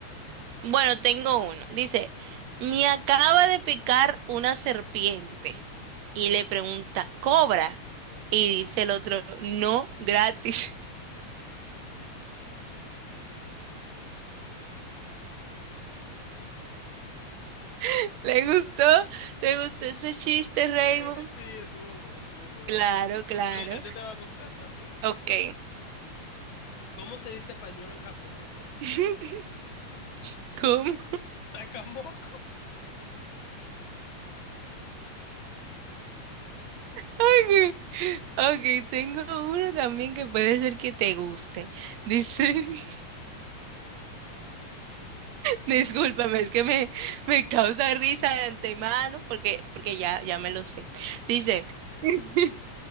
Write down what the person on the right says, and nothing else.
Bueno, tengo uno. Dice, me acaba de picar una serpiente. Y le pregunta, ¿cobra? Y dice el otro, no, gratis. <laughs> ¿Le gustó? ¿Te gustó ese chiste, Raymond?
Claro, claro.
Ok.
<laughs> ¿Cómo?
Ok, Ok, tengo uno también que puede ser que te guste. Dice, <laughs> Discúlpame, es que me,
me causa risa de antemano porque, porque ya, ya me lo sé. Dice, <laughs>